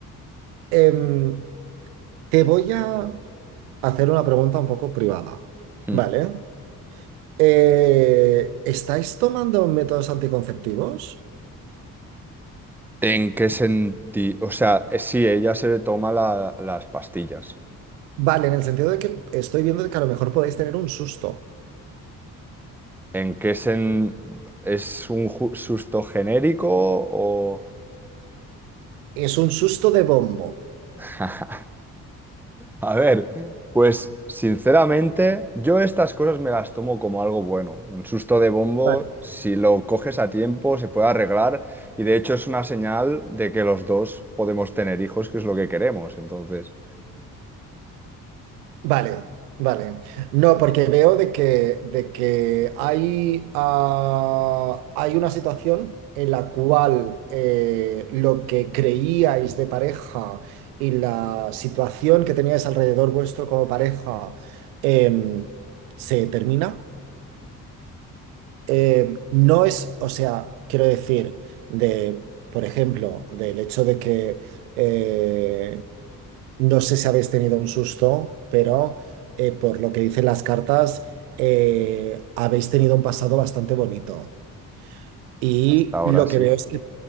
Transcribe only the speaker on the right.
Em, te voy a hacer una pregunta un poco privada,
¿vale? Eh, ¿estáis tomando métodos anticonceptivos?
Vale, en el sentido de que estoy viendo que a lo mejor podéis tener un susto.
Es un susto de bombo.
Vale.
Vale, vale. No, porque veo de que, de que hay, ah, hay una situación en la cual eh, lo que creíais de pareja y la situación que teníais alrededor vuestro como pareja em, se termina. eh, no es, o sea, quiero decir, de, por ejemplo, del hecho de que eh, no sé si habéis tenido un susto, pero eh, por lo que dicen las cartas, eh, habéis tenido un pasado bastante bonito. Y
lo
que veo es que